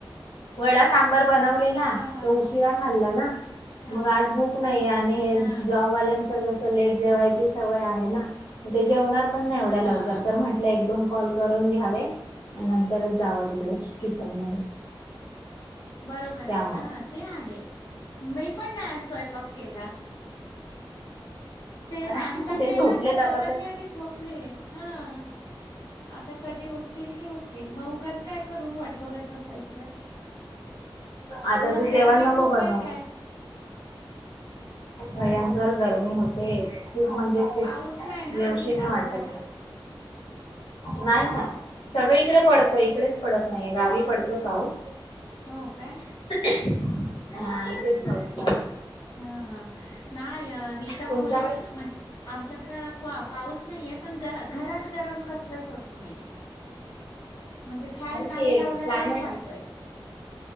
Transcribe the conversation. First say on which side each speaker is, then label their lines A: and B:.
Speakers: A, on the left; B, on the left.
A: वडा सांबार बनवलेला
B: हा हा
A: तर उशिरा खाल्ला ना
B: हा
A: मग आज भूक नाहीे आणि हे
B: हा
A: जॉबवाल्यांच कस लेट जेवायची सवय आहे ना ते जेवणार पण नाही एवढ्या
B: हा
A: लवकर तर म्हटलं एक दोन कॉल करून घ्यावे नंतरच जावं तिकडे किचन मध्ये,
B: बरोबर
A: त्यामुळे
B: आहे अ ते आहे. मी पण नाही आज स्वयंपाक केला. ते
A: हा
B: नाश्ता केला
A: झोपलेत
B: ते हे
A: आता
B: दोघांनी
A: तर
B: आणि झोपलेत, हा आता कधी उठतील ते उठतील मग उगच काय करू. <unintelligible> बघत बसायच
A: आता
B: मग
A: तू
B: गरमी
A: जेवण नको
B: खूप
A: बनव
B: आहे काय?
A: भयंकर गरमी होते. खूप म्हणजे खूप
B: पाऊस नाही ना
A: जेवशी
B: अजून
A: नाही
B: चालू
A: वाटत
B: झाला.
A: नाही ना सगळीकडे पडतो इकडेच पडत नाही नाही गावी पडतोय पाऊस
B: हो काय
A: हा येथेच पाऊस
B: हम हा नाही हिथं
A: तुमच्याकडे
B: पुण्यात ना म्हणजे आमच्याकड पाऊस नाहीये पण घरात गरम कसलच होत नाहीये. म्हणजे फॅन
A: अरे
B: नाही
A: ते
B: लावला
A: क्लायमेट
B: तरी चालतोय